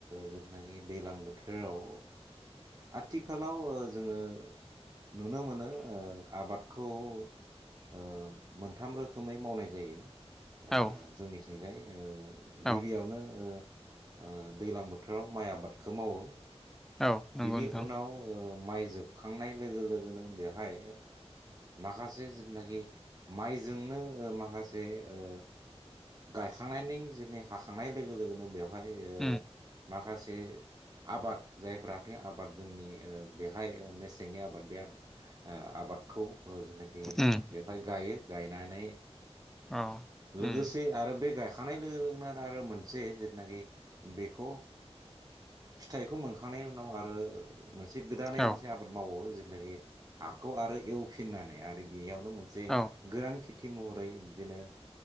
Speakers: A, on the right; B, in the centre.
A: जेनाखि दैलां बोथोराव आथिखालाव जोंङो नुनो मोनो आबादखौ ओ मोनथाम रोखोमै मावनाय जायो ओ
B: औ
A: जोंनिथिंजाय
B: औ
A: गिबियावनो ओ दैलां बोथोराव माइ आबादखौ मावो
B: औ नंगौ
A: बिनि
B: नोंथां
A: उनाव माइ जोबखांनाय लोगो लोगोनो बेवहाय माखासे जोनाखि माइजोंनो माखासे ओ गायखांनायनि जेरनि हाखांनाय लोगो लोगोनो बेवहाय
B: उम
A: माखासे आबाद जायफ्राखै आबाद जोंनि बेहाय मेसेंनि आबाद बे आबाद आबादखौ जेनाखि
B: उम
A: बेवहाय गायो गायनानै
B: औ
A: लोगोसे
B: उम
A: आरो बे गायखांनाय लोगो लोगोनो आरो मोनसे जेथनाखि बेखौ फिथाइखौ मोनखांनायनि उनाव आरो मोनसे गोदानै
B: औ
A: मोनसे आबाद मावो जेनाखि हाखौ आरो एवफिननानै आरो बियाव मोनसे
B: औ
A: गोरान खेथि महरै बिदिनो